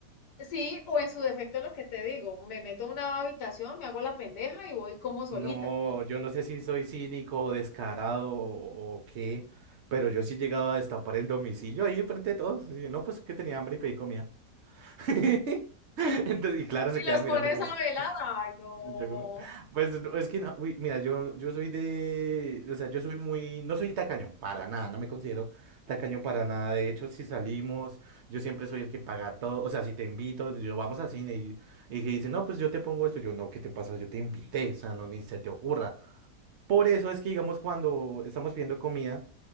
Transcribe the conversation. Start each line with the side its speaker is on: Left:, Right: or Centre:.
Left: Sí, o en su defecto lo que te digo, me meto a una habitación, me hago la pendeja y voy como solita.
Right: No, yo no sé si soy cínico o descarado o, o qué, pero yo sí llegaba a destapar el domicilio ahí enfrente de todos. Y yo, no, pues que tenía hambre y pedí comida. <laughs> Entonces, y claro, se
Left: Y
Right: quedan
Left: los pones
Right: mirando como...
Left: a velar. Ay, no.
Right: y yo como, Pues no, es que no, uy, mira, yo, yo soy de... O sea, yo soy muy... No soy tacaño, para nada, no me considero tacaño para nada. De hecho, si salimos, yo siempre soy el que paga todo. O sea, si te invito, yo vamos al cine y, y que dice, no, pues yo te pongo esto. Yo, no, ¿qué te pasa? Yo te invité, o sea, no, ni se te ocurra. Por eso es que, digamos, cuando estamos pidiendo comida